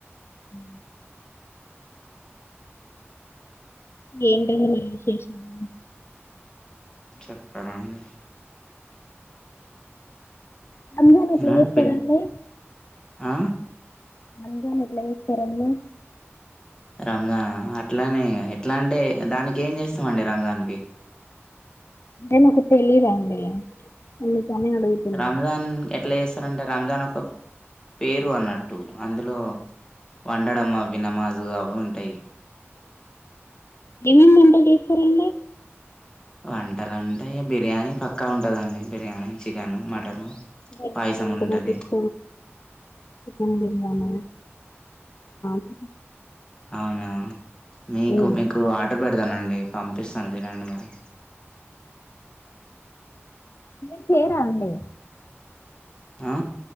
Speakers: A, on the left; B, on the left.
A: హ ఏంటి అండి మరి విశేషాలు
B: చెప్పనండి
A: అమ్ దనల్
B: ఇలాంటి
A: చేస్తార
B: పెళ్లి
A: అండి
B: ఆ
A: రమజాన్ ఎట్లా చేస్తారండి
B: రంజాన్ అట్లానే ఎట్లా అంటే దానికి ఏం చేస్తాంమండి రంజాన్కి
A: అంటి నాకు తేలీదు అండి తని అడుగుతున
B: రంజాన్ ఎట్లా చేస్తారంటే రంజాన్ ఒక పేరు అన్నట్టు అందులో వండడం అవి నమాజు అవి ఉంటాయి
A: జమీన్ మంటల్ తీసుకురడి
B: వంటలు అంటే ఇ బిర్యానీ పక్కా ఉంటదండి బిర్యానీ చికెన్
A: చ
B: మటన్
A: బిర్యా
B: పాయసం ఉంటది
A: అంట ఇష్ట చికెన్ బిర్యానీ చ
B: అవునావు మీకు
A: ఉమ్, అదే
B: మీకు ఆర్డర్ పె పదానండి పంపిస్తాను తినండి మరి
A: డి మ ఫరు అలే
B: ఆ